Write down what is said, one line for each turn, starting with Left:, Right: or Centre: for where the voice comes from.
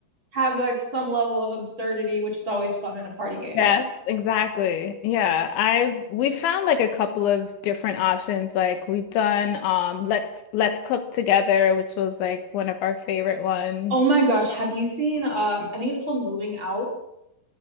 Right: have like some level of absurdity, which is always fun in a party game.
Left: Yes, exactly. Yeah, I've we found like a couple of different options. Like we've done um Let's Let's Cook Together, which was like one of our favorite ones.
Right: Oh my gosh, have you seen um I think it's called Moving Out?